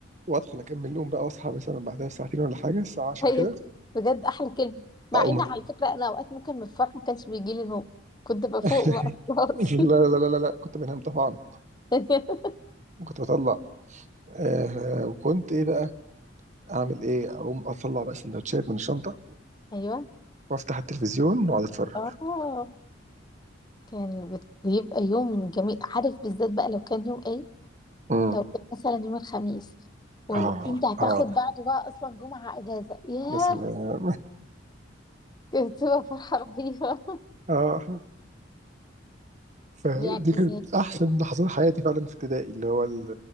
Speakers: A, on the right (about 40°); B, on the left (about 20°).
A: وادخل اكمل نوم بقى واصحى مثلا بعدها بساعتين ولا حاجه الساعه 10
B: ايوه
A: كده
B: بجد احلى كلمه مع
A: اقوم
B: ان
A: أت-
B: على فكره انا اوقات ممكن من الفرح ما كانش بيجي لي نوم كنت بفوق
A: <laughs>
B: بقى خلاص
A: لا لا لا لا لا كنت بنام طبعا
B: <laughs>
A: وكنت بطلع آه وكنت ايه بقى اعمل ايه اقوم اطلع بقى سندوتشات من الشنطه
B: ايوه
A: وافتح التلفزيون واقعد اتفرج
B: اه كان بت- بيبقى يوم جميل عارف بالذات بقى لو كان يوم ايه
A: امم
B: لو كان مثلا يوم الخميس ولو
A: اه
B: انت هتاخد
A: اه
B: بعده بقى اصلا جمعه اجازه ياه
A: مثلا
B: كانت بتبقى فرحه رهيبه
A: <laughs> اه فدي
B: يعني
A: كانت احسن لحظات حياتي فعلا في ابتدائي اللي هو ال-